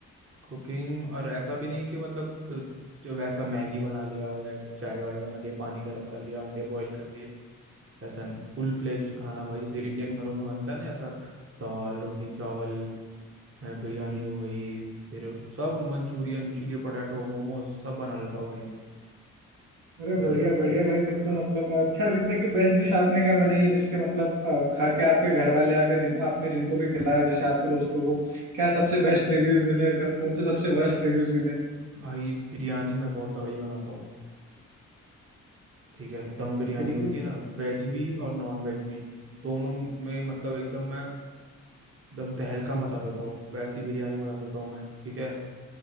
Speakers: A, on the right; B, on the right.
A: कुकिंग और ऐसा भी नहीं कि मतलब अ, जो वैसा मैगी बना लिया या ऐसा चाय वाय बना लिया पानी गर्म कर लिया अंडे बॉईल कर लिए वैसा नहीं फुल फ्लेज्ड खाना भाई जैसे इंडियन घरों में बनता है ना ऐसा दाल रोटी चावल है, बिरयानी हो गई फिर सब मंचूरियन चिली पटाटो मोमोज सब बना लेता हूँ भाई मैं
B: अरे
A: वैसा
B: बढ़िया बढ़िया भाई फिर तो मतलब अच्छा अभी तक की बेस्ट डिश आपने क्या बनाई है जिसके मतलब अ, खा के आपके घर वाले या फिर जिन आपने जिनको भी खिलाया हो जैसे आपके दोस्तों को क्या सबसे बेस्ट रिव्यूज मिले और कौन से सबसे वर्स्ट रिव्यूज मिले
A: भाई बिरयानी मैं बहुत तगड़ी बनाता हूँ ठीक है दम बिरयानी
B: बिल्कुल
A: होती है ना वेज भी और नॉन वेज भी दोनों में मतलब एकदम मैं दम तहलका मचा देता हूँ वैसी बिरयानी बना देता हूँ मैं ठीक है